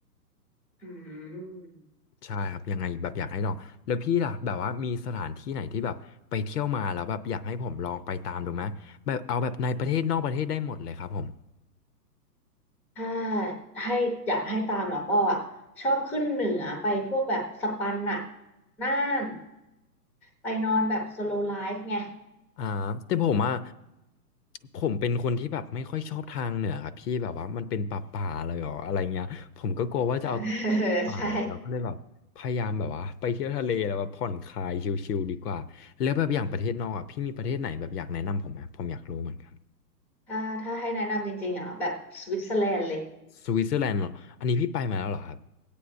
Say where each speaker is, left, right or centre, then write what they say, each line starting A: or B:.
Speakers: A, in the centre; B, on the left.
A: อืม
B: ใช่ครับยังไงแบบอยากให้ลองแล้วพี่ล่ะแบบว่ามีสถานที่ไหนที่แบบไปเที่ยวมาแล้วแบบอยากให้ผมลองไปตามดูไหมแบบเอาแบบในประเทศนอกประเทศได้หมดเลยครับผม
A: ถ้าให้อยากให้ตามแล้วก็อ่ะชอบขึ้นเหนือไปพวกแบบสปันน่ะน่าน ไปนอนแบบ slow life ไง
B: อ่าแต่ผมอ่ะผมเป็นคนที่แบบไม่ค่อยชอบทางเหนือครับพี่แบบว่ามันเป็นป่าป่าเลยเหรออะไรเงี้ยผมก็กลัวว่าจะเอาตัว
A: เออ <laughs>
B: ป่าละเราก็เลยแบบพยายามแบบว่าไปเที่ยวทะเลแล้วแบบผ่อนคลายชิลๆดีกว่าแล้วแบบอย่างประเทศนอกอ่ะพี่มีประเทศไหนแบบอยากแนะนำผมไหมผมอยากรู้เหมือนกัน
A: ใช่ ถ้าถ้าให้แนะนำจริงๆอ่ะแบบสวิตเซอร์แลนด์เลย
B: สวิตเซอร์แลนด์เหรออันนี้พี่ไปมาแล้วเหรอครับ